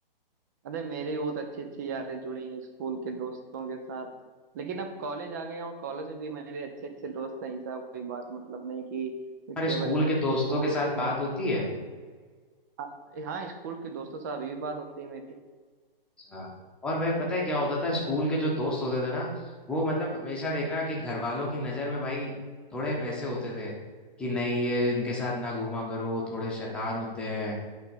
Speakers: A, on the right; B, in the centre.
A: अरे मेरी भी बहुत अच्छी अच्छी यादें जुड़ी हैं स्कूल के दोस्तों के साथ लेकिन अब कॉलेज आ गया हूँ कॉलेज में भी मेरे अच्छे अच्छे दोस्त हैं ऐसा कोई बात मतलब नहीं कि
B: हमारे
A: केवल
B: स्कूल के दोस्तों
A: स्कूल
B: के साथ
A: ब-
B: बात होती है
A: आ- हाँ स्कूल के दोस्तों से अभी भी बात होती है मेरी
B: अच्छा और भाई पता है क्या होता था स्कूल के जो दोस्त होते थे ना वो मतलब हमेशा देखना कि घर वालों की नजर में भाई थोड़े वैसे होते थे कि नहीं ये इनके साथ ना घूमा करो थोड़े शैतान होते हैं